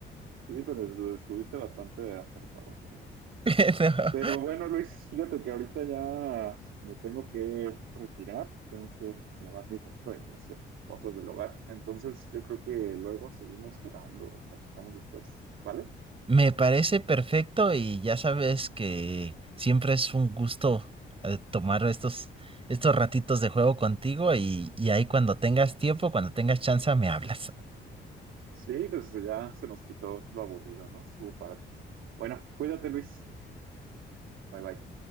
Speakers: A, on the right (about 85°); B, on the right (about 30°).
A: pero lo estuviste bastante acertado, tío.
B: Bueno,
A: Pero bueno, Luis, fíjate que ahorita ya me tengo que retirar, tengo que lavar mi ropa y hacer cosas del hogar. Entonces, yo creo que luego seguimos jugando o platicamos después, ¿vale?
B: me parece perfecto y ya sabes que siempre es un gusto eh, tomar estos, estos ratitos de juego contigo y, y ahí cuando tengas tiempo, cuando tengas chance, me hablas.
A: Sí, pues ya se nos quitó lo aburrido, ¿no? Estuvo padre. Bueno, cuídate, Luis. Bye bye.